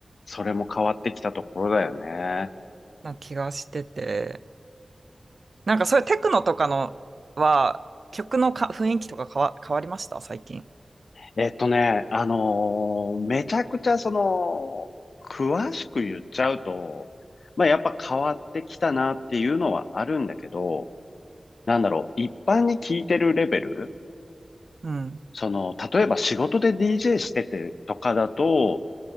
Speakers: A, on the left (about 80°); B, on the right (about 70°).
A: それも変わってきたところだよね。
B: な気がしてて、なんかそういうテクノとかのは曲のか雰囲気とか変わ、変わりました最近。
A: えっとね、あのーめちゃくちゃその、詳しく言っちゃうと、まあやっぱ変わってきたなっていうのはあるんだけど、なんだろう、一般に聞いてるレベル、
B: うん。
A: その、例えば仕事で DJ しててとかだと、